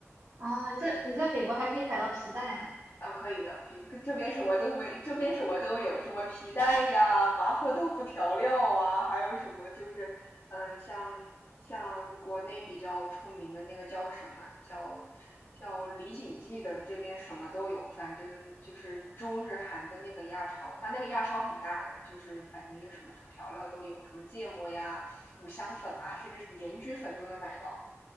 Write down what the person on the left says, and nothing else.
嗯，可以的。皮这边什么都没，这边什么都有什么皮带呀、麻婆豆腐调料啊，还有什么就是，嗯，像像国内比较出名的那个叫什么叫叫李锦记的，这边什么都有。反正就是中日韩的那个亚超，它那个亚超很大的，就是反正就什么调调料都有，什么芥末呀、五香粉啊，甚至什么盐焗粉都能买到。